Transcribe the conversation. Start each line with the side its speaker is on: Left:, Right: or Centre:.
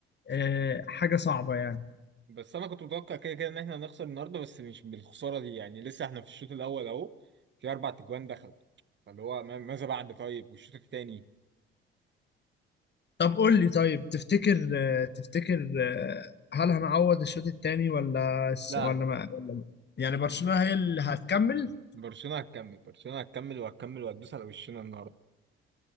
Left: آه، حاجة صعبة يعني
Right: بس انا كنت متوقع كده كده ان احنا هنخسر النهارده بس مش بالخساره دي يعني لسه احنا في الشوط الاول اهو في اربع تجوان دخل فاللي هو ما- ماذا بعد طيب والشوط الثاني
Left: طب قول لي طيب تفتكر آه، تفتكر آه، هل هنعوض الشوط التاني ولا الس-
Right: لا
Left: ولا
Right: لا
Left: ما يعني برشلونة هي اللي هتكمل
Right: برشلونه هتكمل برشلونه هتكمل وهتكمل وهتدوس على وشنا النهارده